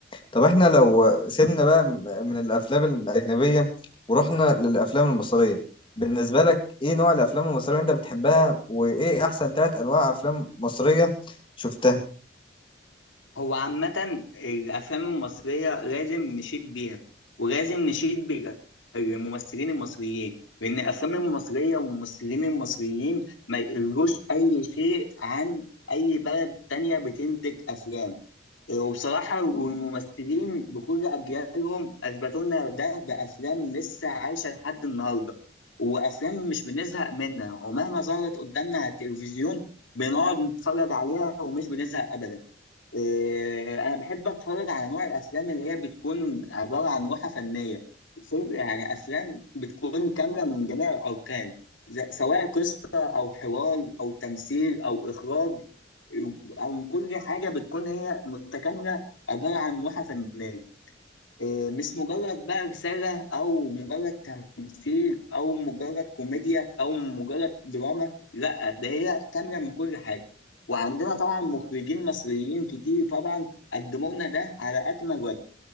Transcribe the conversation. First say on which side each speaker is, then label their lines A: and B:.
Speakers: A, on the left; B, on the left.
A: طب احنا لو سيبنا بقى م- من الافلام الاجنبيه ورحنا للافلام المصريه بالنسبه لك ايه نوع الافلام المصريه اللي انت بتحبها وايه احسن ثلاث انواع افلام مصريه شفتها
B: هو عامة الأفلام المصرية لازم نشيد بيها ولازم نشيد بالممثلين المصريين لأن الأفلام المصرية والممثلين المصريين ما يقلوش أي شيء عن أي بلد تانية بتنتج أفلام وبصراحة والممثلين بكل أجيالهم أثبتوا لنا ده بأفلام لسه عايشة لحد النهاردة وأفلام مش بنزهق منها ومهما ظهرت قدامنا على التلفزيون بنقعد نتفرج عليها ومش بنزهق أبدا إيه، انا بحب اتفرج على نوع الافلام اللي هي بتكون عباره عن لوحه فنيه فيلم- يعني افلام بتكون كامله من جميع الاركان ز- سواء قصه او حوار او تمثيل او اخراج او كل حاجه بتكون هي متكامله عباره عن لوحه فنيه إيه، مش مجرد بقى رسالة أو مجرد تمثيل أو مجرد كوميديا أو مجرد دراما لأ ده هي كاملة من كل حاجة وعندنا طبعا مخرجين مصريين كتير طبعا قدموا لنا ده على أكمل وجه